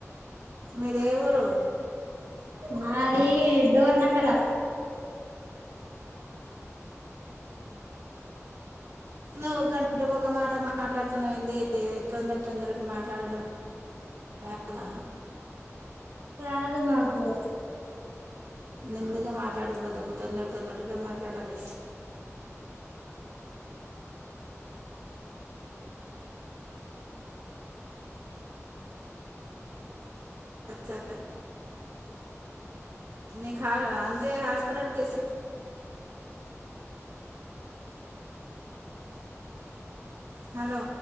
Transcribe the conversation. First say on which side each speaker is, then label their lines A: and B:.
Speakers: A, on the right (about 65°); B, on the right (about 90°).
A: మీ దే ఊరు
B: మాది డోర్నకల్
A: నువ్వు గంటకి ఒక మాట మాట్లాడుతున్నావు ఏంది తొందర తొందరకి మాట్లాడడం రాదా
B: రాదు మాకు
A: నిమ్దిగా మాట్లాడకూడదు ఒక తొందర తొందరగా మాట్లాడాలి స నీకు అంటే హాస్పిటల్ తీసే హలో